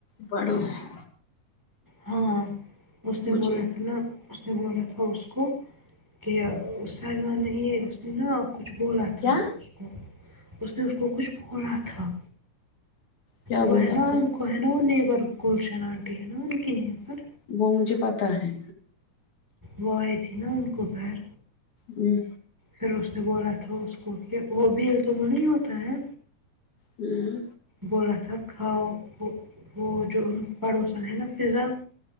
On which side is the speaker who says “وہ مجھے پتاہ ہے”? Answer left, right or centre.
Left